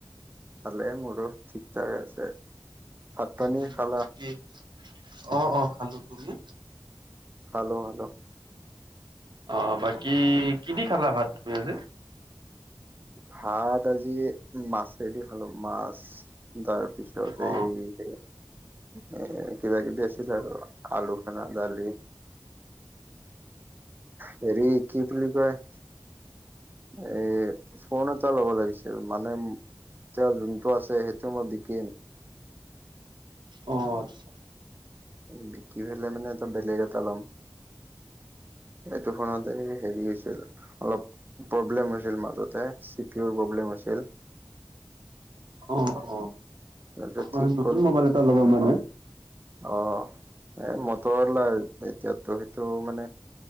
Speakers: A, on the right; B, on the right.
A: ভালে মোৰো ঠিক থাকে আছে, ভাত পানী
B: উম
A: খালা?
B: বাকী অ', অ', খালোঁ, তুমি?
A: খালোঁ খালোঁ।
B: অ' বাকী কিদি খালা ভাত তুমি আজি?
A: ভাত আজি মাছেদি খালোঁ মাছ। তাৰপিছত
B: অ
A: এই সেয়া। এ, কিবা কিবি আছিল আৰু আলু খানা দালি। হেৰি কি বুলি কয়। এই ফোন এটা ল'ব লাগিছিল মানে এতিয়া যোনটো আছে সেইটো মই বিকিম।
B: অ আচ্ছা
A: বিকি ফেলে মানে এটা বেলেগ এটা ল'ম। এইটো ফোনত সেই হেৰি হৈছিল, অলপ প্ৰব্লেম হৈছিল মাজতে, চিপিৰ প্ৰব্লেম হৈছিল।
B: অ অ
A: তাৰপিছত
B: মানে
A: ঠিক
B: নতুন
A: কৰিলো
B: মোবাইল এটা <unintelligible>
A: অ' এ, মটৰৱালা এতিয়াৰতো সেইটো মানে